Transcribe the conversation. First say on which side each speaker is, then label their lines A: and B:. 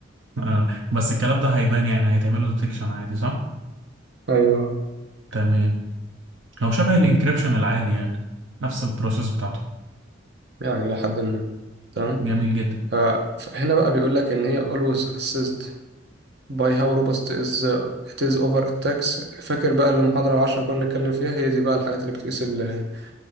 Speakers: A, on the right (about 70°); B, on the right (about 55°).
A: آه بس الكلام ده هيبان يعني هيتعمله ديتكشن عادي صح
B: ايوه
A: تمام هو شبه الانكريبشن العادي يعني نفس البروسيس بتاعته
B: يعني إلى حد ما تمام
A: جميل جدا
B: ف- فهنا بقى بيقول لك ان هي always assist by how robust is it is over attacks فاكر بقى المحاضرة العشرة اللي كنا بنتكلم فيها هي دي بقى الحاجات اللي بتقيس الوتر